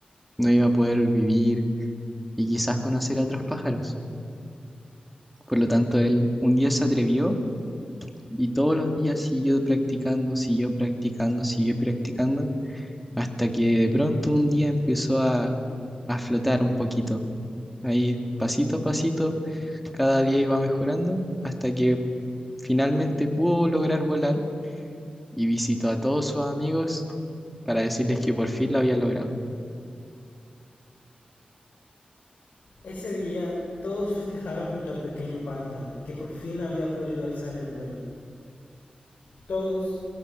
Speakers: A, in the centre; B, on the left.
A: no iba a poder vivir y quizás conocer a otros pájaros. Por lo tanto, él un día se atrevió y todos los días siguió practicando, siguió practicando, siguió practicando, hasta que de pronto un día empezó a, a flotar un poquito. Ahí pasito a pasito, cada día iba mejorando hasta que finalmente pudo lograr volar y visitó a todos sus amigos para decirles que por fin lo había logrado.
B: Ese día todos festejaron junto al pequeño pato, que por fin había podido alzar el vuelo. Todos,